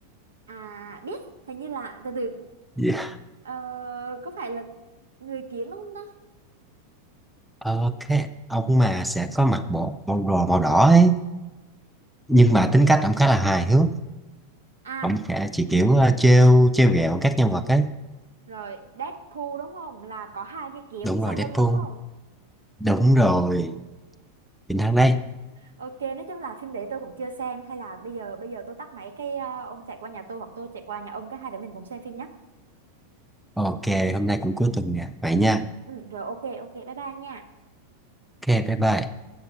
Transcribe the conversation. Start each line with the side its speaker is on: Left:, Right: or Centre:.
Right: à biết hình như là từ từ
Centre: Dạ.
Right: Ờ, có phải là người kiếm không đó?
Centre: Ờ, cái ông mà sẽ có mặc bộ bộ đồ màu đỏ ấy nhưng mà tính cách ông khá là hài hước
Right: À,
Centre: ông sẽ chỉ kiểu ờ, trêu trêu ghẹo các nhân vật ấy
Right: rồi, Deadpool đúng không? Là có hai cái kiếm
Centre: đúng
Right: sau
Centre: rồi
Right: lưng
Centre: Deadpool
Right: đúng không?
Centre: đúng rồi chính thắng đây
Right: Ok, nói chung là phim đấy tôi cũng chưa xem hay là bây giờ bây giờ tôi tắt máy cái ờ, ông chạy qua nhà tôi hoặc tôi chạy qua nhà ông cái hai đứa mình cùng xem phim nhé.
Centre: ok hôm nay cũng cuối tuần nè vậy nha
Right: Ừ, rồi ok ok bye bye nha.
Centre: ok bye bye